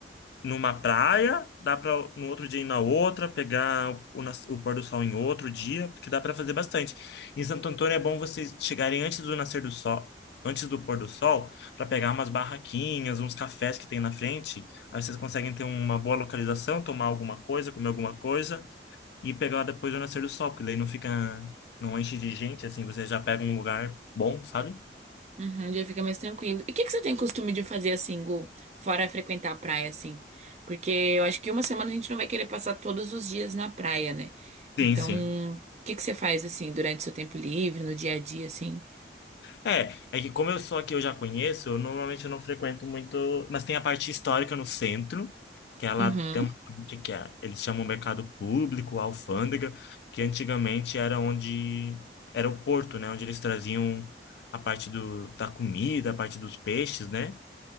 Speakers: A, on the left; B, on the right.
A: numa praia, dá para no outro dia ir na outra, pegar o, nas- o pôr do sol em outro dia, porque dá para fazer bastante. Em Santo Antônio é bom vocês chegarem antes do nascer do sol, antes do pôr do sol, para pegar umas barraquinhas, uns cafés que tem na frente. Aí vocês conseguem ter uma boa localização, tomar alguma coisa, comer alguma coisa e pegar depois do nascer do sol, porque daí não fica, não enche de gente, assim, vocês já pegam um lugar bom, sabe?
B: Uhum, já fica mais tranquilo. E o que que você tem costume de fazer assim, Gu? Fora frequentar a praia, assim? Porque eu acho que uma semana a gente não vai querer passar todos os dias na praia, né?
A: Sim,
B: Então,
A: sim.
B: o que que você faz assim durante seu tempo livre, no dia a dia, assim?
A: É, é que como eu sou aqui, eu já conheço, eu normalmente eu não frequento muito, mas tem a parte histórica no centro, que ela
B: Uhum.
A: tem uma parte que é, eles chamam mercado público, alfândega, que antigamente era onde era o porto, né, onde eles traziam a parte do, da comida, a parte dos peixes, né?